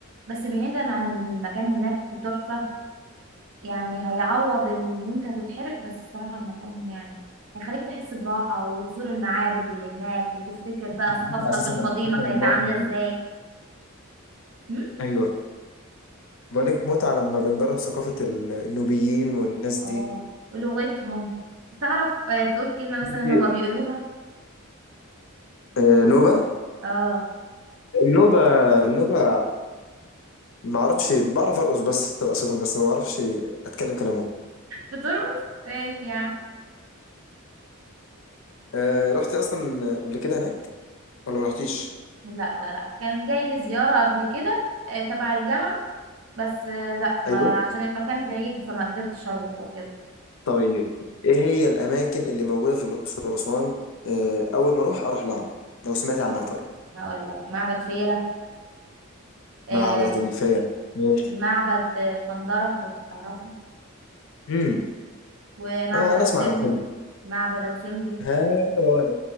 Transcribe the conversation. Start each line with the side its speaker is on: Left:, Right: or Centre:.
Right: بس بعيدا عن المكان هناك تحفة يعني هيعوض ال- ان انت هتتحرق بس الصراحة المكان يعني هيخليك تحس براحة وتزور المعابد اللي هناك وتفتكر بقى
Left: معناتها
Right: ثقافتك
Left: اساسا
Right: القديمة
Left: لما بتركب
Right: كانت
Left: المعرض
Right: عاملة
Left: النيل
Right: ازاي هم؟
Left: ايوه بقولك متعة لما بنجرب ثقافة ال- النوبيين والناس
Right: اه ولغتهم تعرف آه، تقول كلمة مثلا
Left: دي
Right: هما بيقولوها
Left: آه، نوبة
Right: اه
Left: النوبة النوبة ما اعرفش بعرف ارقص بس رقصتهم بس ما بعرفش اتكلم كلامهم
Right: بترقص ماشي يا عم
Left: آه، رحت اصلا قبل كده هناك ولا ما رحتيش
Right: لا لا لا كان جاي لي زيارة قبل كده آه، تبع الجامعة بس آه، لا ما
Left: ايوه
Right: عشان المكان بعيد فما قدرتش اروح وكده
Left: طيب ايه هي الاماكن اللي موجودة في الاقصر واسوان آه، اول ما اروح اروح لها لو سمعتي عنها طيب
Right: هقول لك معبد فيلة آه
Left: معبد الفيلة ماشي
Right: معبد آه، طندرة لو تعرفه
Left: امم
Right: ومعبد
Left: آه، انا
Right: ابو
Left: اسمع
Right: سمبل
Left: انا بحب
Right: معبد ابو سمبل
Left: ها هو ده